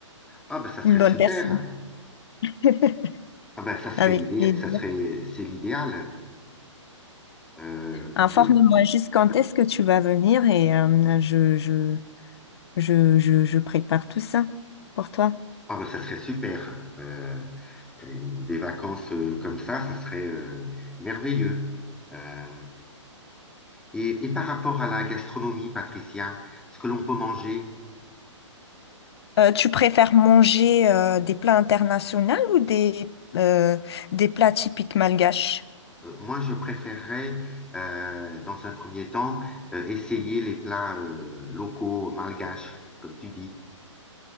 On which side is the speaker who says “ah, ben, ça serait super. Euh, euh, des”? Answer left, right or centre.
Centre